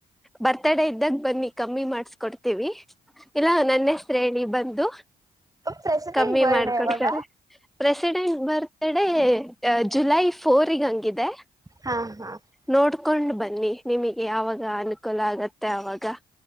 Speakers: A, in the centre; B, on the right.
A: ಬರ್ತಡೆ ಇದ್ದಾಗ ಬನ್ನಿ ಕಮ್ಮಿ ಮಾಡ್ಸ್ಕೊಡ್ತೇವಿ. <inaudible> ಇಲ್ಲ ನನ್ನ ಹೆಸರ ಹೇಳಿ ಬಂದು
B: ಪ್ರೆಸಿಡೆಂಟ್
A: ಕಮ್ಮಿ
B: ಬರ್ಡೇ
A: ಮಾಡ್ಕೊಡ್ತಾರೆ.
B: ಯಾವಾಗ
A: <inaudible> ಪ್ರೆಸಿಡೆಂಟ್ ಬರ್ತ್ಡೇ ಜುಲೈ ಫೋರಿಗೆ ಹಂಗಿದೆ. <inaudible>
B: ಹಾ ಹಾ <inaudible>
A: ನೋಡ್ಕೊಂಡ್ ಬನ್ನಿ ನಿಮಗೆ ಯಾವಾಗ ಅನುಕೂಲ ಆಗತ್ತೆ ಅವಾಗ? <inaudible>